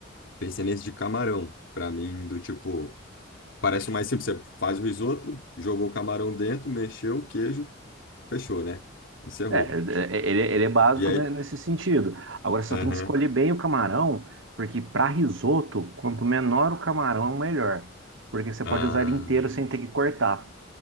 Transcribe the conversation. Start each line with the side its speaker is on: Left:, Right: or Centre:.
Left: pensei nesse de camarão. Pra mim, do tipo, parece o mais simples. Você faz o risoto, jogou o camarão dentro, mexeu o queijo, fechou, né? Encerrou.
Right: É, é, é, ele, ele é básico
Left: E aí?
Right: né, nesse sentido. Agora só
Left: Aham.
Right: tem que escolher bem o camarão, porque para risoto, quanto menor o camarão, melhor. Porque você
Left: Ah,
Right: pode usar ele inteiro sem ter que cortar.